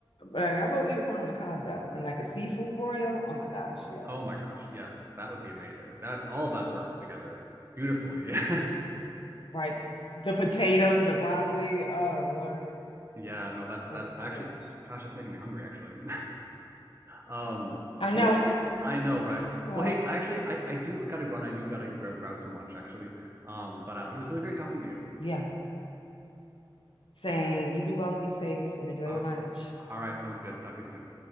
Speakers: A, on the left; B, on the right.
A: Like, I will eat a corn on the cob though, and like a seafood broil. Oh my gosh, yes.
B: Oh my gosh, yes, that would be amazing. That all of that works together beautifully. <laughs>
A: <laughs> Right. The potatoes, the broccoli. Oh Lord.
B: Yeah, no, that's that
A: Oh my
B: actually
A: gosh.
B: gosh, that's making me hungry actually. <laughs> Um,
A: I know.
B: well, I know, right?
A: <laughs> Well,
B: Well, hey, actually I I do gotta run. I do gotta go grab some lunch actually. Um, but uh, but it was really great talking to you.
A: yeah. Saying you be well and be safe and enjoy
B: Uh,
A: your lunch.
B: all right, sounds good. Talk to you soon.